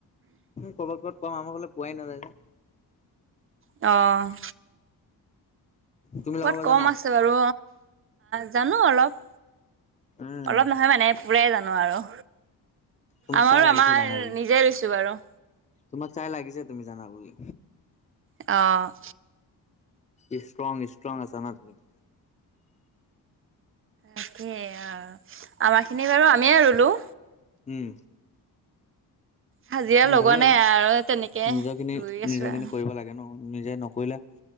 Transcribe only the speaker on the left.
ক'বাত ক'বাত পাম, আমাৰ ফালে পোৱাই নাযায় যে।
তুমি
লগাব
জানা?
উম
তোমাক
চাই লাগিছে
জানা বুলি।
তোমাক চাই লাগিছে তুমি জানা বুলি।
ইষ্ট্ৰং, ইষ্ট্ৰং আছা তুমি।
উম।
উম
ভালেই,
নিজৰ খিনি,
নিজৰ
খিনি কৰিব লাগে ন'। নিজে নকৰিলে